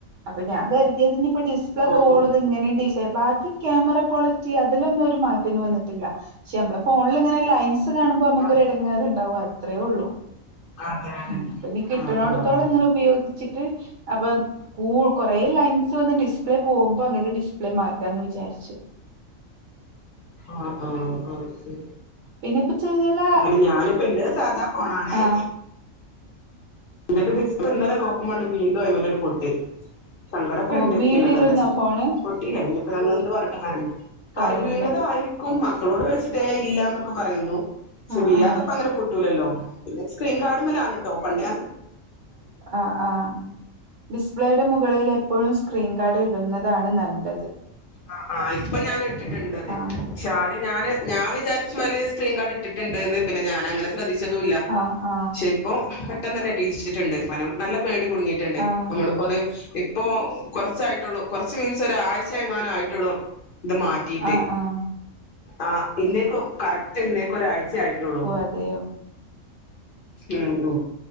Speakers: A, on the right; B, on the left.
A: അപ്പൊ ഞാൻ കരുതിയതിനി ഇപ്പോ ഡിസ്പ്ലേ
B: ഓ
A: പോകുള്ളതെ
B: ഓ
A: ഇങ്ങനെയ ഡി ബാക്കിക്യാമെറ ക്വാളി അതിലൊന്നും ഒരു മാറ്റൊന്നും വന്നിട്ടില്ല പക്ഷെ നമ്മെ ഫോണിലി ങ്ങനെ ലൈൻസ് അത് കാണുമ്പോ നമുക്കൊടെങ്ങേറുണ്ടാവും
B: ആ,
A: അത്രേ ഉള്ളൂ
B: അതെ അതെ
A: ഉം അപ്പൊ നീ കിട്ടണടത്തോളം
B: ആ ആ
A: ഇങ്ങനെ ഉപയോഗിച്ചിട്ട് അപ്പൊ കൂ കൊറേ ലൈൻസ് ന്ന് ഡിസ്പ്ലേ പോകുമ്പോ അങ്ങനെ ഡിസ്പ്ലേ മാറ്റാന്ന് വിചാരിച്ചു
B: ആഹ്‌ ആഹ്‌ ആഹ്‌
A: പിന്നെ ഇപ്പ ചെല
B: അ ഞാനിപ്പോ ഇന്റേതെ സാധാ പോണാണേ
A: ആഹ്
B: എന്നിട്ട് ഡിസ്പ്ലേ ഇന്നലെ നോക്കുമ്പണ്ട് വീണ്ടും അയിൻമേലൊരു പൊട്ട് സങ്കടൊക്കെ
A: ഓ
B: ഉണ്ട്
A: വീണിരുന്നോ
B: പിന്നെന്താപ്പാ ചെയ്
A: ഫോണ്
B: പൊട്ടില അപ്പ നമ്മൾ എന്ത് പറഞ്ഞിട്ടന്നറിയാം
A: കാര്യമില്ല
B: അറി വീണതായിരിക്കും മക്കളോട് ചോദി ച്ചിട്ടേ ഏയ്‌ ഇല്ല ക്കു പറയുന്നു
A: ആഹ്
B: വീയാതങ്ങനെ
A: ആഹ്
B: പൊട്ടൂലല്ലോ പിന്നെ സ്ക്രീൻ കാർഡിൻമേലാണേട്ടോ പണ്ടെ
A: ആ ആ ഡിസ്പ്ലേയുടെ മുകളിൽ എപ്പോഴും സ്ക്രീൻ കാർഡ് ഇട്ട് ക്കുന്നതാണ് നല്ലത്
B: ആ ആ ഇപ്പ ഞാൻ ഇട്ടിട്ടുണ്ടത്
A: ആഹ്
B: ക്ഷാ അതു ഞാന് ഞാൻ വിചാച്ചു അതിലെ സ്ക്രീൻ കാർഡ് ഇട്ടിട്ടുണ്ടേന്നെ പിന്നെ ഞാനങ്ങനെ ശ്രെ ശ്രദ്ധിച്ചതല്ല പക്ഷെ
A: ആഹ് ആഹ്
B: ഇപ്പോ പെട്ടെന്ന് തന്നെ മേടിച്ചിട്ടുണ്ട് കാരണം നല്ല ഇപ്പോ ഇടി കുടുങ്ങയിട്ടുണ്ട്
A: ആഹ്
B: നമ്മളിപ്പോ അത് ഇപ്പോ കുറച്ചായിട്ട കുറച്ച് മീൻസ് ഒഴ്ച ആയിട്ടുള്ള ഇത് മാറ്റിയിട്ട്
A: ആഹ് ആഹ്
B: ആ ഇന്നേക്ക കറക്റ്റ് ഇന്നേക്ക ഒരാഴ്ച ആയിട്ടുള്ളൂ
A: ഓഹ് അതെയോ
B: ഓ ഓ